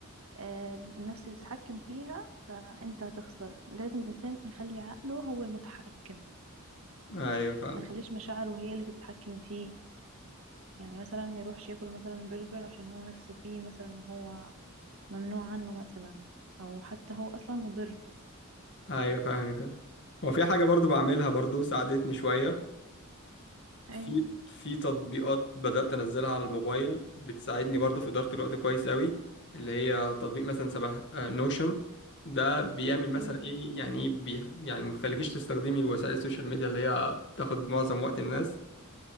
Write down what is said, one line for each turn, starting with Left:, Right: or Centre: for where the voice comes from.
Right: آه، النفس تتحكم فيها فانت هتخسر لازم الانسان يخلي عقله هو المتحكم
Left: ايوه فعلا
Right: ما يخليش مشاعره هي اللي تتحكم فيه يعني مثلا ما يروحش ياكل مثلا برجر عشان هو نفسه فيه مثلا وهو ممنوع عنه مثلا او حتى هو اصلا مضر
Left: ايوه فاهمك هو في حاجة برضه بعملها برضه ساعدتني شوية
Right: ايه
Left: في في تطبيقات بدأت أنزلها على الموبايل بتساعدني برضو في إدارة الوقت كويس قوي اللي هي تطبيق مثلا شبه نوشن ده بيعمل مثلا
Right: امم
Left: إيه يعني إيه بي يعني ما بيخليكيش تستخدمي وسائل السوشيال ميديا اللي هي بتاخد معظم وقت الناس